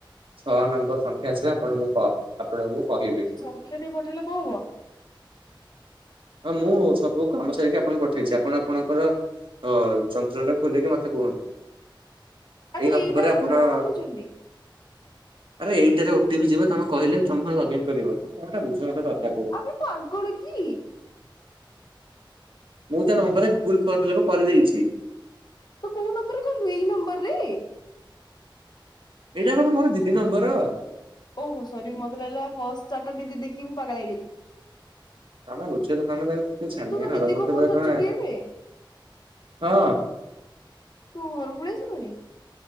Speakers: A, on the right (about 85°); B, on the left (about 55°).
A: ଛଅ ନମ୍ବର ସଂଖ୍ୟା ଆସିଲେ ଆପଣଙ୍କୁ ଆପଣଙ୍କୁ କହିବି।
B: ସଂଖ୍ୟାଟି ପଠେଇଲେ କଣ ହବ?
A: ହଁ ମୁଁ ସବୁ କାମ ସାରିକି ଆପଣଙ୍କୁ ପଠେଇଛି ଆପଣ ଆପଣଙ୍କର ଓ ଯନ୍ତ୍ର ଟା ଖୋଲିକି ମତେ କୁହନ୍ତୁ।
B: ଆରେ
A: ଏଇ ନମ୍ବରରେ
B: ଏଇଟା ମତେ
A: ଆପଣ
B: କଣ ପାଇଁ ପଠେଇଛନ୍ତି
A: ଆରେ ଏଇଟାରେ ଓ ଟିି ପି ଯିବ, ତମେ କହିଲେ ତମେ ଲଗଇନ କରିବ, କଣଟା ବୁଝୁନ ଗୋଟେ କଥା କୁ।
B: ଏ ପାଗଳ କି?
A: ମୁଁ ତା ନମ୍ବରରେ ଗୁଗୁଲ ଫର୍ମ ଫିଲପ କରିଦେଇଚି।
B: ତୁ କୋଉ ନମ୍ବରରେ କଲୁ ଏଇ ନମ୍ବର ରେ।
A: ଏଇଟା ପା ପା ମୋର ଦିଦି ନମ୍ବର।
B: ଓହୋ ହୋ ସରି ମତେ ଲାଗିଲା ଫଷ୍ଟ ଚାରିଟା ଡିଜିଟ ଦେଖିକି ମୁଁ ପାଗଳା ହେଇଗଲି।
A: ତମେ ବୁଝୁନ ତମେ ଖାଲୀ ତ ଛାନିଆ
B: ତୁ ତୋ
A: ହେଲ
B: ଦିଦିଙ୍କ
A: ମତେ
B: ଫୋନ
A: ପୁରା
B: ଧରିଛୁ
A: ତମେ,
B: କି ଏବେ
A: ହଁ।
B: ତୁ ଘରକୁ ପଳେଇ ଆସିଲୁଣୀ?